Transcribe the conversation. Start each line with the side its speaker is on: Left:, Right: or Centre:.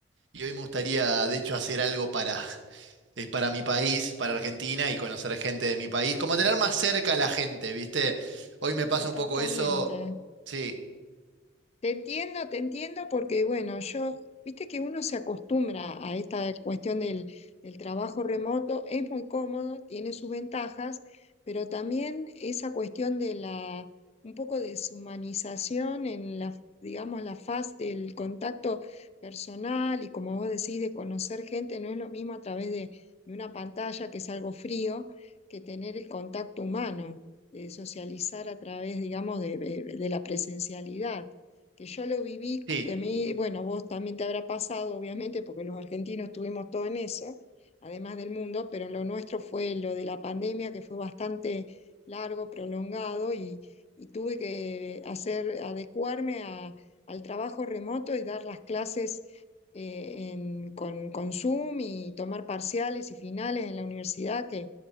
Right: y hoy me gustaría, de hecho, hacer algo para, eh, para mi país, para Argentina y conocer gente de mi país, como tener más cerca a la gente, ¿viste? Hoy me
Left: sí,
Right: pasa un
Left: totalmente.
Right: poco eso, sí,
Left: Te entiendo, te entiendo, porque bueno, yo, viste que uno se acostumbra a esta cuestión del, del trabajo remoto, es muy cómodo, tiene sus ventajas, pero también esa cuestión de la, un poco deshumanización en la, digamos, la faz del contacto personal y como vos decís, de conocer gente, no es lo mismo a través de, de una pantalla, que es algo frío, que tener el contacto humano, de socializar a través, digamos, de de- de la presencialidad que yo lo viví,
Right: sí,
Left: que a mí, bueno, vos también te habrá pasado, obviamente, porque los argentinos estuvimos todo en eso, además del mundo, pero lo nuestro fue lo de la pandemia, que fue bastante largo, prolongado, y, y tuve que hacer, adecuarme a- al trabajo remoto y dar las clases eh, en- con, con Zoom y tomar parciales y finales en la universidad, que